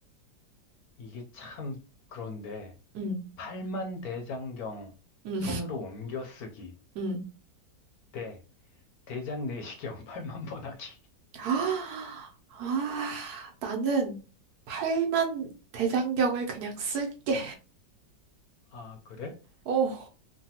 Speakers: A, on the left; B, on the right.
A: 이게 참 그런데
B: 응,
A: 팔만 대장경
B: 응,
A: 손으로 옮겨 쓰기
B: 응.
A: 대 대장 내시경 <laughs> 팔만번 하기.
B: 아, 아, 나는 팔만 대장경을 그냥 쓸게.
A: 아, 그래?
B: 어.